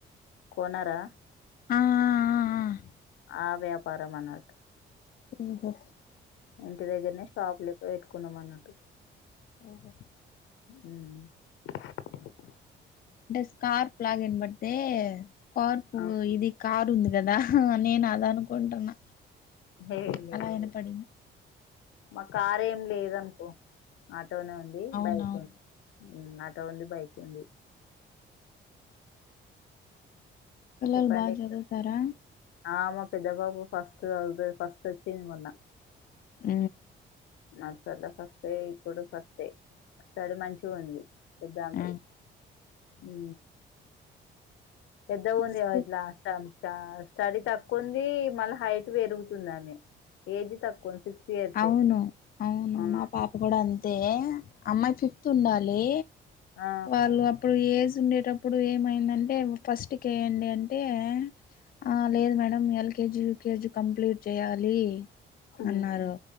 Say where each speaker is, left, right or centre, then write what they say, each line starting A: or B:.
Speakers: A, on the left; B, on the left.
A: కొనరా
B: ఆ ఆ, ఆ, ఆ.
A: ఆ వ్యాపారం అనట్
B: ఉహ
A: ఇంటి దగ్గరనే షాపు లెక్క పెట్టుకున్నాం అన్నట్టు
B: ఓహో
A: మ్
B: అంటే స్కార్ప్ లాగ ఏన బడితే స్కార్పు
A: ఆ
B: ఇది కార్ ఉంది కదా నేను అద అనుకుంటున్నా
A: ఏ లేదు
B: అలా ఈన పడింది
A: మా కార్ ఏం లేదనుకో ఆటోనే ఉంది
B: అవునవును
A: బైక్ ఉంది ఉ ఆటో ఉంది బైక్ ఉంది
B: పిల్లలు
A: చెప్పండి
B: బాగా
A: ఇంకా
B: చదువుతారా
A: ఆ మా పెద్ద బాబు ఫర్స్ట్ చదువుతాడు ఫస్ట్ వచ్చిండు మొన్న
B: ఉ
A: నర్సరీల ఫస్టే ఇప్పుడు ఫస్టే స్టడీ మంచిగా ఉంది పెద్దామెది
B: ఆ
A: ఉ పెద్దగా ఉంది
B: ఇస్కూ
A: కదా ఇట్లా అస్తం సా స్టడీ తక్కువ ఉంది మళ్ళీ హైట్ పెరుగుతుంది ఆమె ఏజ్ తక్కువ సిక్స్ ఇయర్సే
B: అవును అవును
A: ఆ
B: మా పాప కూడా అంతే అమ్మాయి ఫిఫ్త్ ఉండాలి
A: ఆ
B: వాళ్ళు అప్పుడు ఇప్పుడు ఏజ్ ఉండేటప్పుడు ఏమైందంటే ఫస్ట్ కెయ్యండి అంటే ఆ లేదు మేడం ఎల్కేజీ యూకేజీ కంప్లీట్ చేయాలి
A: ఉమ్
B: అన్నారు